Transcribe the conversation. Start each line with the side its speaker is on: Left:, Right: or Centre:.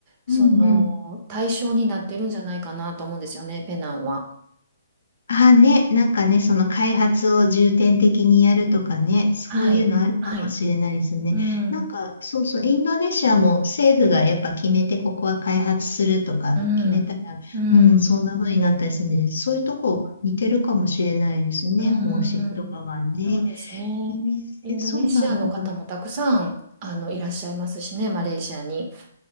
Right: その対象になってるんじゃないかなと思うんですよね、
Left: うんうん。
Right: ペナンは。
Left: あ、ね、なんかね、その開発を重点的にやるとかね、そういうのあるかもしれないですね。
Right: はい。はい。うん。
Left: なんか、
Right: う
Left: そうそう、インドネシアも政府がやっぱ決めて、ここは開発するとか決めたら、
Right: ん。うん。
Left: うん、そんな風になったりするんで、そういうとこ似てるかもしれないですね、
Right: う
Left: 方針とかがね。
Right: ん。そうですね。
Left: えーそうなんだ。
Right: インドネシアの方もたくさん、あの、いらっしゃいますしね、マレーシアに。